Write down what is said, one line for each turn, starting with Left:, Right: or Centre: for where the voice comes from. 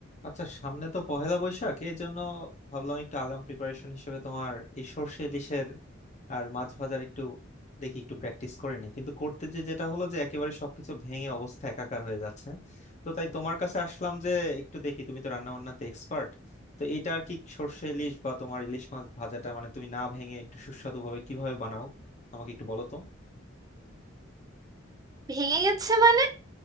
Left: আচ্ছা সামনে তো পহেলা বৈশাখ এই জন্য ভাবলাম একটু আগাম প্রিপারেশন হিসেবে তোমার এই সর্ষে ইলিশের আর মাছ ভাজার একটু দেখি একটু প্র্যাকটিস করে নিই কিন্তু করতে যে যেটা হলো যে একেবারে সবকিছু ভেঙে অবস্থা একাকার হয়ে যাচ্ছে তো তাই তোমার কাছে আসলাম যে একটু দেখি তুমি তো রান্না বান্নাতে এক্সপার্ট তো এইটা আর কি সর্ষে ইলিশ বা তোমার ইলিশ মাছ ভাজাটা মানে তুমি না ভেঙে একটু সুস্বাদু ভাবে কিভাবে বানাও আমাকে একটু বলো তো
Right: ভেঙে গেছে মানে